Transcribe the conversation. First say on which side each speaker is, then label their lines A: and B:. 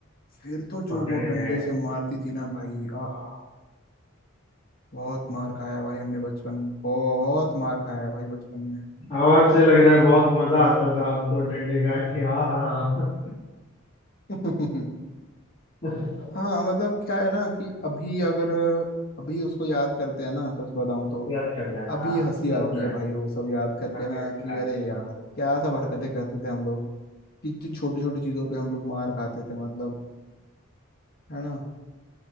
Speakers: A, on the left; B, on the left.
A: फिर तो
B: पकड़े
A: जो वो डंडे
B: गए
A: से मारती थी ना भाई आहा बहुत मार खाया है भाई हमने बचपन बहुत मार खाया है भाई बचपन में
B: आवाज से लग रहा है बहुत मजा आता था आपको डंडे का कि हाँ हाँ
A: <laughs>
B: हाँ। <laughs>
A: हाँ मतलब क्या है ना कि अभी अगर अभी उसको याद करते हैं ना सच बताऊं तो
B: याद करता है
A: अभी
B: हाँ
A: हंसी आती
B: वो तो
A: है
B: है
A: भाई वो सब याद करके
B: आपकी
A: ना
B: अच्छी
A: कि
B: बात
A: अरे
B: है।
A: यार क्या सब हरकतें करते थे हम लोग कितनी छोटी छोटी चीजों पे हम लोग मार खाते थे मतलब है ना